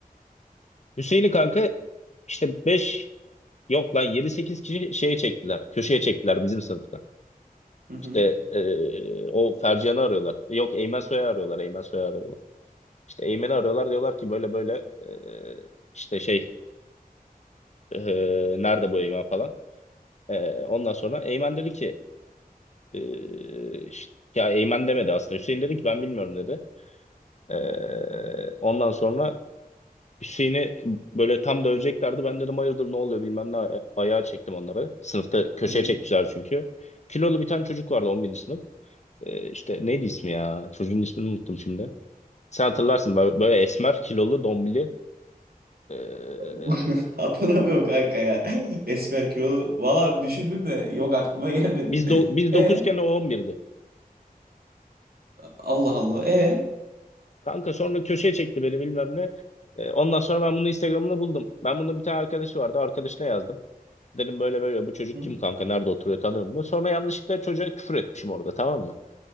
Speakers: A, on the left (about 50°); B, on the right (about 85°).
A: Hüseyin'i kanka işte beş yok lan yedi sekiz kişi şeye çektiler. Köşeye çektiler bizim sınıfta.
B: hı hı,
A: İşte e, o Fercihan'ı arıyorlar. Yok Eymen Soy'u arıyorlar. Eymen Soy'u arıyorlar. İşte Eymen'i arıyorlar diyorlar ki böyle böyle e, işte şey e, nerede bu Eymen falan. E, ondan sonra Eymen dedi ki e, işte- ya Eymen demedi aslında. Hüseyin dedi ki ben bilmiyorum dedi. Ee, ondan sonra Hüseyin'i böyle tam döveceklerdi. Ben dedim hayırdır ne oluyor bilmem ne. A- Ayağa çektim onları. Sınıfta köşeye
B: hı hı.
A: çekmişler çünkü. Kilolu bir tane çocuk vardı on birinci sınıf. Ee, işte neydi ismi ya? Çocuğun ismini unuttum şimdi. Sen hatırlarsın böyle, böyle esmer, kilolu, dombili. Ee,
B: <laughs> Hatırlamıyorum kanka ya. Esmer kilolu. Valla düşündüm de yok aklıma gelmedi.
A: biz do
B: <laughs>
A: biz 9'ken
B: E
A: o 11'di.
B: Allah Allah. E
A: Kanka sonra köşeye çekti beni bilmem ne. Ee, ondan sonra ben bunu Instagram'da buldum. Ben bunun bir tane arkadaşı vardı. Arkadaşına yazdım. Dedim böyle böyle bu çocuk
B: Hı
A: kim kanka nerede oturuyor tanıyor mu? Sonra yanlışlıkla çocuğa küfür etmişim orada tamam mı?